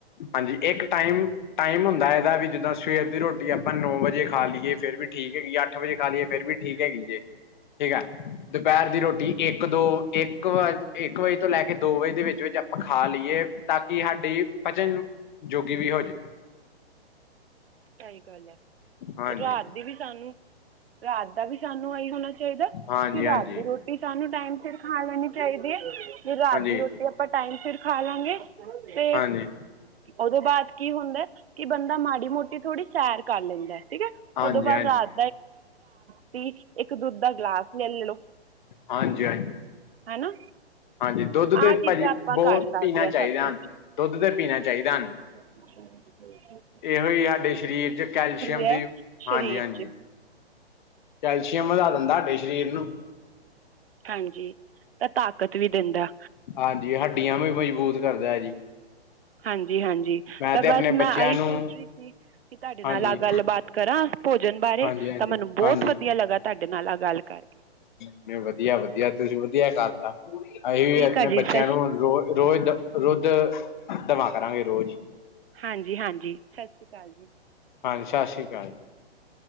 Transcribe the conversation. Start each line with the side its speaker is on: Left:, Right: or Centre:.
Left: ਹਾਂਜੀ, ਇੱਕ ਟਾਈਮ ਟਾਈਮ ਹੁੰਦਾ, ਇਹਦਾ ਵੀ ਜਿੱਦਾਂ ਸਵੇਰ ਦੀ ਰੋਟੀ ਆਪਾਂ ਨੌ ਵਜੇ ਖਾ ਲਈਏ, ਫੇਿਰ ਵੀ ਠੀਕ ਹੈਗੀ ਅੱਠ ਵਜੇ ਖਾ ਲਈਏ, ਫਿਰ ਵੀ ਠੀਕ ਹੈਗੀ ਜੇ, ਠੀਕ ਹੈ ਦੁਪਹਿਰ ਦੀ, ਰੋਟੀ ਇੱਕ ਦੋ ਇੱਕ ਵਜੇ ਤੋਂ ਲੈ ਕੇ ਦੋ ਵਜੇ ਦੇ ਵਿੱਚ--ਵਿੱਚ ਆਪਾਂ ਖਾ ਲਈਏ, ਤਾਂ ਕਿ ਸਾਡੀ ਪਚਨ ਜੋਗੀ, ਵੀ ਹੋ ਜਾਵੇ।
Right: ਸਹੀ ਗੱਲ ਹੈ,
Left: ਹਾਂਜੀ
Right: ਤੇ ਰਾਤ ਦੀ ਵੀ ਸਾਨੂੰ ਰਾਤ ਦਾ ਵੀ, ਸਾਨੂੰ ਇਹੀ ਹੋਣਾ ਚਾਹੀਦਾ
Left: ਹਾਂਜੀ
Right: ਕਿ, ਰਾਤ
Left: ਹਾਂਜੀ
Right: ਦੀ ਰੋਟੀ ਕਿ ਸਾਨੂੰ, ਟਾਈਮ ਸਿਰ ਖਾ ਲੈਣੀ ਚਾਹੀਦੀ ਏ। ਜੇ ਰਾਤ
Left: ਹਾਂਜੀ
Right: ਦੀ ਰੋਟੀ, ਆਪਾਂ ਟਾਈਮ ਫਿਰ ਖਾ, ਲਾਂਗੇ ਤੇ
Left: ਹਾਂਜੀ ਹਾਂਜੀ
Right: ਉਹਦੋਂ ਬਾਅਦ ਕੀ ਹੁੰਦਾ, ਕਿ ਬੰਦਾ, ਮਾੜੀ ਮੋਟੀ ਥੋੜ੍ਹੀ ਸੈਰ ਕਰ, ਲੈਂਦਾ ਠੀਕ ਹੈ,
Left: ਹਾਂਜੀ
Right: ਉਦੋਂ ਬਾਅਦ ਰਾਤ ਨੂੰ ਇੱਕ ਦੁੱਧ ਦਾ ਗਿਲਾਸ ਲੈ ਲਓ
Left: ਹਾਂਜੀ ਹਾਂਜੀ,।
Right: ਹੈ ਨਾ
Left: ਹਾਂਜੀ, ਦੁੱਧ ਤੇ
Right: ਆਹ ਚੀਜ਼ਾਂ
Left: ਭਾਜੀ
Right: ਆਪਾਂ
Left: ਬਹੁਤ
Right: ਕਰ ਸਕਦੇ
Left: ਪੀਣਾ
Right: ਹਾਂ
Left: ਚਾਹੀਦਾ,
Right: ਸਭ ਕੁਛ
Left: ਦੁੱਧ ਤੇ ਪੀਣਾ ਚਾਹੀਦਾ
Right: ਅੱਛਾ <inaudible>
Left: ਇਹੋ ਹੀ, ਸਾਡੇ ਸਰੀਰ ਚ ਕੈਲਸ਼ੀਅਮ
Right: ਹੈ
Left: ਦੀ ਹਾਂਜੀ
Right: ਸਰੀਰ
Left: ਹਾਂਜੀ
Right: 'ਚ
Left: ਕੈਲਸ਼ੀਅਮ ਵਧਾ ਦਿੰਦਾ, ਸਾਡੇ ਸਰੀਰ ਨੂੰ।
Right: ਹਾਂਜੀ, ਤਾਂ ਤਾਕਤ ਵੀ ਦਿੰਦਾ
Left: ਹਾਂਜੀ, ਹੱਡੀਆਂ ਵੀ ਮਜ਼ਬੂਤ, ਕਰਦਾ ਹੈ ਜੀ
Right: ਹਾਂਜੀ ਹਾਂਜੀ
Left: ਮੈਂ
Right: ਤਾਂ
Left: ਤੇ ਆਪਣੇ
Right: ਬਸ
Left: ਬੱਚਿਆਂ
Right: ਮੈਂ ਇਹੀ
Left: ਨੂੰ
Right: ਸੋਚ ਰਹੀ ਸੀ, ਕਿ ਤੁਹਾਡੇ ਨਾਲ
Left: ਹਾਂਜੀ
Right: ਆਹ, ਗੱਲਬਾਤ ਕਰਾਂ ਭੋਜਨ ਬਾਰੇ,
Left: ਹਾਂਜੀ ਹਾਂਜੀ
Right: ਤਾਂ ਮੈਨੂੰ ਬਹੁਤ
Left: ਹਾਂਜੀ
Right: ਵਧੀਆ ਲੱਗਾ ਤੁਹਾਡੇ ਨਾਲ ਆ ਗੱਲ, ਕਰਕੇ
Left: ਨਹੀਂ, ਵਧੀਆ ਵਧੀਆ ਤੁਸੀਂ ਵਧੀਆ ਕਰਤਾ, ਅਸੀਂ
Right: ਠੀਕ
Left: ਵੀ ਆਪਣੇ
Right: ਆ ਜੀ
Left: ਬੱਚਿਆਂ
Right: ਸਤਿ ਸ਼੍ਰੀ
Left: ਨੂੰ,
Right: ਅਕਾਲ
Left: ਰੋ ਰੋਜ਼ ਦੁਧ, ਦਵਾਾਂ ਕਰਾਂਗੇ ਰੋਜ਼
Right: ਹਾਂਜੀ ਹਾਂਜੀ ਸਤਿ ਸ਼੍ਰੀ ਅਕਾਲ ਜੀ।
Left: ਹਾਂਜੀ, ਸਤਿ ਸ਼੍ਰੀ ਅਕਾਲ